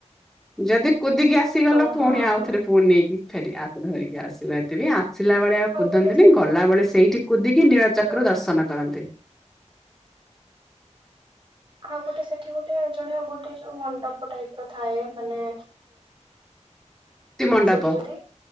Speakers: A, in the centre; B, on the right (about 45°).
A: ଯଦି କୁଦିକି ଆସିଗଲ
B: ଓହୋ
A: ପୁଣି ଆଉଥରେ
B: ହଁ
A: ପୁଣି ନେଇକି ଫେରିକ ଆତରେ ଧରିକି ଆସିଲ ଏତିି ଆସିଲା ବେଳେ ଆଉ କୁଦନ୍ତିନି
B: ଗୋଟେ ସେଠି
A: ଗଲାବେଳେ ସେଇଠି କୁଦିକି ନୀଳଚକ୍ର
B: ଯୋଉ
A: ଦର୍ଶନ କରନ୍ତି।
B: ଆଉ ଗୋଟେ ସେଠି ଗୋଟେ ଜଣେ ଗୋଟେ ଯୋଉ ମ ଣ୍ଡପ ଟାଇପ ର ଥାଏ ମାନେ
A: ମୁକ୍ତି ମଣ୍ଡପ
B: ସେଠି ଯଦି